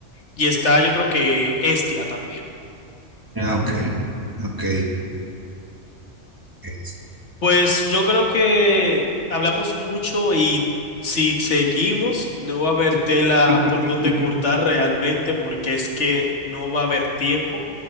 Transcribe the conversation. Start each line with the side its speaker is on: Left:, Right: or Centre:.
Left: Y está, yo creo que Hestia también.
Right: Ah, ok, ok. ok.
Left: Pues yo creo que hablamos mucho y si seguimos, no va a haber tela por
Right: <laughs>
Left: donde cortar realmente, porque es que no va a haber tiempo.